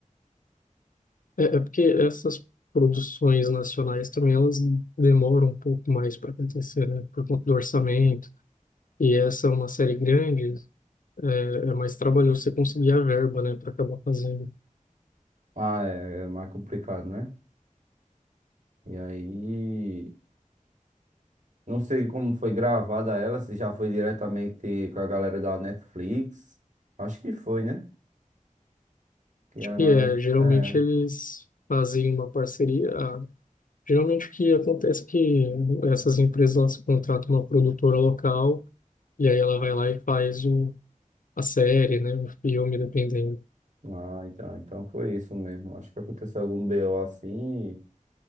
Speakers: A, on the left (about 75°); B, on the right (about 65°).
A: É, é porque essas produções nacionais também elas demoram um pouco mais para acontecer, né? Por conta do orçamento E essa é uma série grande, é, é mais trabalhoso você conseguir a verba, né, para acabar fazendo.
B: Ah, é, é mais complicado, né? E aí, não sei como foi gravada ela, se já foi diretamente com a galera da Netflix. Acho que foi, né? Que era na
A: E é,
B: Net...
A: geralmente
B: É.
A: eles fazem uma parceria. ah, Geralmente o que acontece é que essas empresas elas contratam uma produtora local e aí ela vai lá e faz o, a série, né, o filme, dependendo.
B: Ah, então, então foi isso mesmo. Acho que aconteceu algum BO assim, e